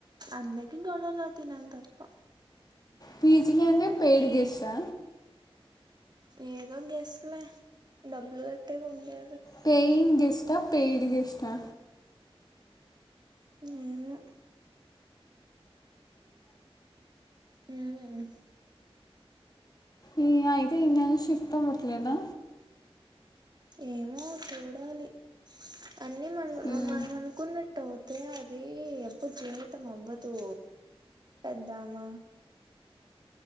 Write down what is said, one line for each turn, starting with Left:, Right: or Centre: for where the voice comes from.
Right: అందరికి గొడవలు అవుతాయి నాకు తప్ప
Left: విజీ గానే పెయిడ్ గెస్టా
Right: ఏదో గెస్ట్లే డబ్బులు కట్టే గా ఉండే
Left: పయింగ్ గెస్టా, పేయిడ్ గెస్టా?
Right: ఏమో ఉమ్
Left: ఈ అయితే ఈనెల షిఫ్ట్ ముట్లేదా
Right: ఏమో చూడాలి అన్నీ మన్
Left: హ్మ్.
Right: మనం అనుకున్నట్టవుతే అది ఎప్పుడు జీవితం అవ్వదు. పెద్దమా